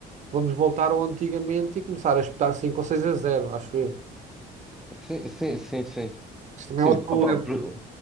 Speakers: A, on the right; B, in the centre.
A: vamos voltar ao antigamente e começar a espetar 5 ou 6 a zero acho eu.
B: Sim, sim, sim, sim. sim.
A: isso também
B: Sim,
A: é outro problema.
B: opá, por,